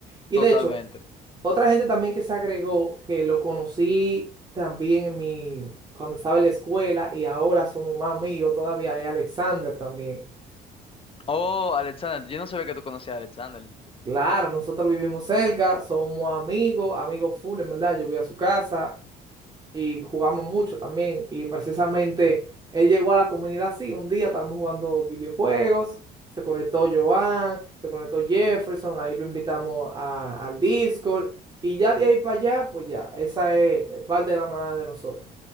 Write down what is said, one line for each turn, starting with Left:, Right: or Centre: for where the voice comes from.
Right: Y
Left: totalmente.
Right: de hecho, otra gente también que se agregó, que lo conocí también en mi, cuando estaba en la escuela y ahora somos más amigos todavía, es Alexander también.
Left: Oh, Alexander, yo no sabía que tú conocías a Alexander.
Right: Claro, nosotros vivimos cerca, somos amigos, amigos full, en verdad. Yo voy a su casa y jugamos mucho también. Y precisamente él llegó a la comunidad así, un día estábamos jugando videojuegos, se conectó Joan, se conectó Jefferson, ahí lo invitamos a- al Discord. Y ya de ahí para allá, pues ya, esa es eh, parte de la manada de nosotros.